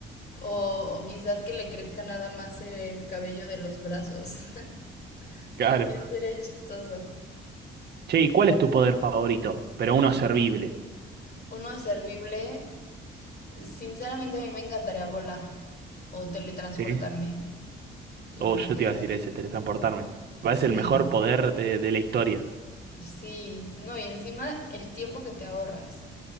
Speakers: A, on the left; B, on the right.
A: O, o quizás que le crezca nada más el cabello de los brazos. <laughs>
B: Claro.
A: También sería chistoso.
B: Che, ¿y cuál es tu poder favorito? Pero uno servible,
A: Uno servible, sinceramente a mí me encantaría volar o teletransportarme.
B: ¿sí?
A: Yo
B: Oh,
A: creo
B: yo
A: que
B: te iba a decir ese, teletransportarme. Me Parece
A: sí.
B: el mejor poder de, de la historia.
A: Sí, no, y encima el tiempo que te ahorras